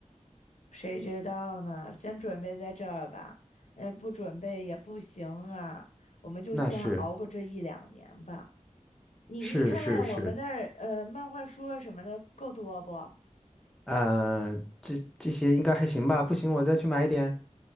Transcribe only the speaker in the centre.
那是
是是是。呃，这这些应该还行吧？不行，我再去买一点。